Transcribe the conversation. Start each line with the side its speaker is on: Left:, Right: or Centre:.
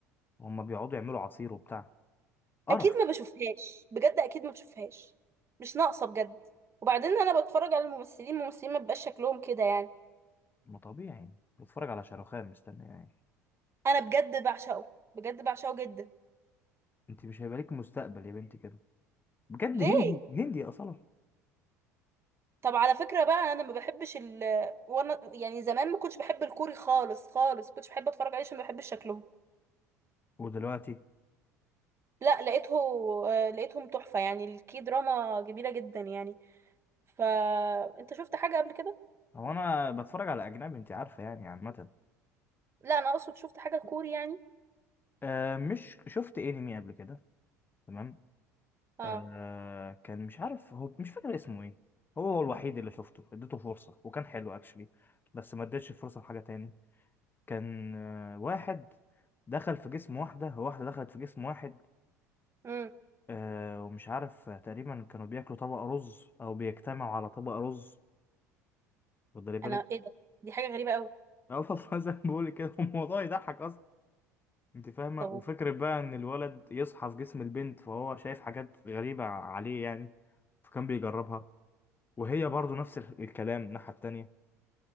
Left: وهم بيقعدوا يعملوا عصير وبتاع قرف
Right: أكيد ما بشوفهاش بجد أكيد ما بشوفهاش مش ناقصة بجد وبعدين أنا بتفرج على الممثلين الممثلين ما بيبقاش شكلهم كده يعني
Left: ما طبيعي يعني بتفرج على شاروخان مستني يعني
Right: أنا بجد بعشقه بجد بعشقه جدا
Left: انت مش هيبقى لك مستقبل يا بنتي كده بجد
Right: ليه؟
Left: هندي هندي اصلا
Right: طب على فكرة بقى أنا ما بحبش ال وأنا يعني زمان ما كنتش بحب الكوري خالص خالص ما كنتش بحب أتفرج عليه عشان ما بحبش شكلهم
Left: ودلوقتي
Right: لا لقيته آه، لقيتهم تحفة يعني الكي دراما جميلة جدا يعني فانت شفت حاجة قبل كده؟
Left: هو انا بتفرج على اجنبي انت عارفة يعني عامة
Right: لا انا اقصد شفت حاجة كوري يعني
Left: آه مش شفت انمي قبل كده تمام
Right: اه
Left: آه كان مش عارف هو مش فاكر اسمه ايه هو هو الوحيد اللي شفته اديته فرصة وكان حلو اكشلي بس ما اديتش فرصة لحاجة تاني كان آه واحد دخل في جسم واحدة واحدة دخلت في جسم واحد
Right: امم
Left: آه ومش عارف آه، تقريبا كانوا بياكلوا طبق رز او بيجتمعوا على طبق رز واخدلي بالك
Right: انا ايه ده دي حاجة غريبة قوي
Left: <laughs> اه والله زي ما بقول كده الموضوع يضحك اصلا انت فاهمة
Right: طب
Left: وفكرة بقى ان الولد يصحى في جسم البنت فهو شايف حاجات غريبة عليه يعني فكان بيجربها وهي برضو نفس الكلام الناحية التانية